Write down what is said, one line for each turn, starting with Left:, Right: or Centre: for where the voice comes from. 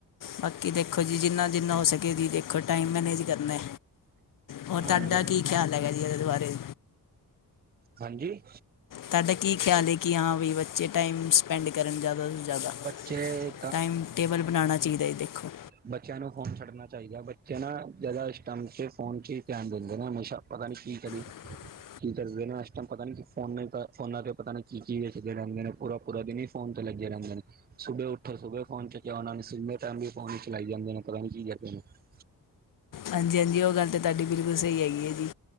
Left: ਬਾਕੀ ਦੇਖੋ ਜੀ ਜਿੰਨਾ-ਜਿੰਨਾ ਹੋ ਸਕੇ ਜੀ, ਦੇਖੋ ਟਾਈਮ ਮੈਨੇਜ ਕਰਨਾ। ਹੋਰ ਤੁਹਾਡਾ
Right: ਹਾਂਜੀ
Left: ਕੀ ਖਿਆਲ ਹੈਗਾ ਜੀ ਇਹਦੇ ਬਾਰੇ।
Right: ਹਾਂਜੀ।
Left: ਧਾਡਾ ਕੀ ਖਿਆਲ ਹੈ ਕਿ ਹਾਂ ਵੀ ਬੱਚੇ ਟਾਈਮ ਸਪੈਂਡ ਕਰਨ ਜ਼ਿਆਦਾ ਤੋਂ ਜ਼ਿਆਦਾ।
Right: ਕਿਵੇਂ?
Left: ਟਾਈਮ ਟੇਬਲ ਬਣਾਣਾ ਚਾਹੀਦਾ ਜੀ ਦੇਖੋ।
Right: ਬੱਚਿਆਂ ਨੂੰ ਫੋਨ ਛੱਡਣਾ ਚਾਹੀਦਾ ਬੱਚੇ ਨਾ ਜਿਆਦਾ ਇਸ ਟਾਈਮ 'ਚ ਫੋਨ 'ਚ ਹੀ ਧਿਆਨ ਦਿੰਦੇ ਨੇ ਹਮੇਸ਼ਾ। ਪਤਾ ਨੀ ਕੀ ਕਰੀਏ।
Left: <inaudible>
Right: ਕੀ ਕਰਦੇ ਨੇ ਇਸ ਟਾਈਮ ਪਤਾ ਨੀ, ਫੋਨ ਫੋਨਾਂ ਤੇ ਪਤਾ ਨੀ ਕੀ-ਕੀ ਦੇਖਦੇ ਰਹਿੰਦੇ ਨੇ ਪੂਰਾ ਪੂਰਾ ਦਿਨ ਹੀ। ਫੋਨ ਤੇ ਲੱਗੇ ਰਹਿੰਦੇ ਨੇ ਸੁਬੇ ਉੱਠੋ ਸੁ। ਫੋਨ ਚਿਆ ਉਹਨਾਂ ਨੇੇ ਟਾਈਮ ਵੀ ਫੋਨ ਹੀ ਚਲਾਈ ਜਾਂਦੇ ਨੇ ਪਤਾ ਨ ਕੀ ਜਾਂਦੇ ਨੇ <unintelligible>
Left: ਹਾਂਜੀ- ਹਾਂਜੀ ਉਹ ਗੱਲ ਤਾਂ ਤੁਹਾਡੀ ਬਿਲਕੁਲ ਸਹੀ ਹੈਗੀ ਹੈ ਜੀ।